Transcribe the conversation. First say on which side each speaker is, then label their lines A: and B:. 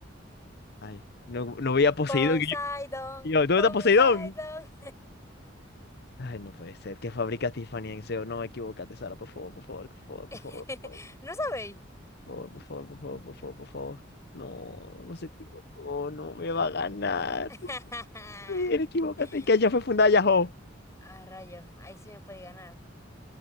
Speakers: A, on the left; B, on the left.
A: Ay, no, no veía Poseidón.
B: Poseidón,
A: y Yo, y yo, ¿dónde
B: Poseidón.
A: está Poseidón? Ay, no puede ser. ¿Qué fabrica Tiffany en SEO? No, equivócate, Sara, por favor, por favor, por
B: <laughs>
A: favor, por favor,
B: ¿No sabéis?
A: por favor, por favor, por favor, por favor, por favor. No, no se equivocó, no me va a ganar.
B: <laughs>
A: Sí, equivócate,
B: <laughs>
A: que allá fue fundada Yahoo.
B: Ah, rayos, ahí sí me puede ganar.